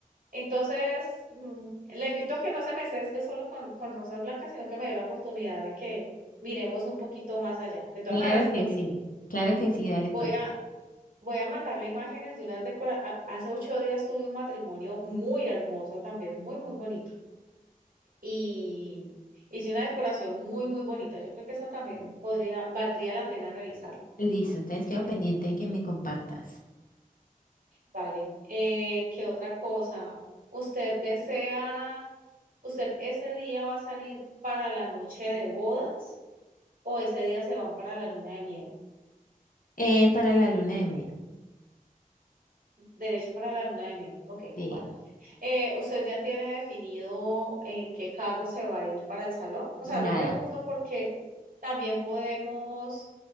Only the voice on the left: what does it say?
claro
que
sí. Claro que sí, dale
pues.
Listo, entonces
quedo pendiente de que me compartas.
Eh, para la luna de miel.
Sí,
nada.